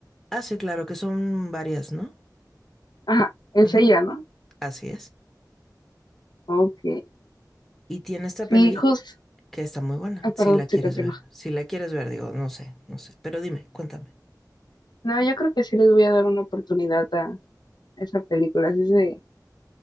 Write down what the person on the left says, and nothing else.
Ajá, es
ella, ¿no?
Ok.
Sí,
justo.
Ah, perdón,
se continúa.
No, yo creo que sí les voy a dar una oportunidad a esa película. Sí se,